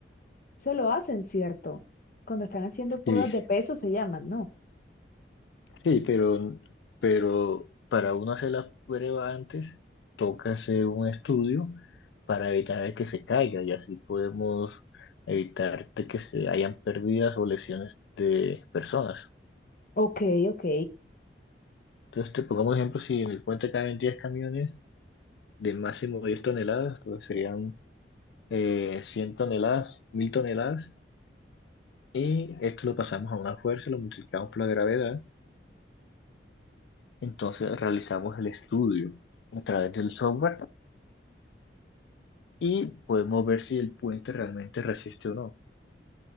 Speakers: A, on the left; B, on the left.
A: Eso lo hacen, ¿cierto? Cuando están haciendo pruebas
B: Sí,
A: de peso se llaman, ¿no?
B: sí, pero, pero para uno hacer la prueba antes, toca hacer un estudio para evitar de que se caiga y así podemos evitar de que se hayan pérdidas o lesiones de personas.
A: Ok, ok.
B: Entonces, te pongamos un ejemplo, si en el puente caben 10 camiones de máximo 10 toneladas, pues serían eh, 100 toneladas, 1000 toneladas, y esto lo pasamos a una fuerza, lo multiplicamos por la gravedad, entonces realizamos el estudio a través del software y podemos ver si el puente realmente resiste o no.